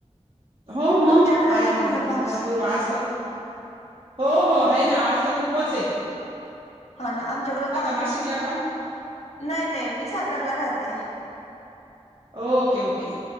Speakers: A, on the right; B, on the left.
A: हो मग
B: तुमच्याकडे आहे
A: आहेत
B: का म्हटलं
A: ना
B: पाऊस?
A: भरपूर आज तर खूप हो हो आहे ना, आज तर खूपच ये.
B: ह ना, आमच्याकडं काल,
A: नाशिकला का
B: नाही नाही मी सातारला राहते.
A: ओके ओके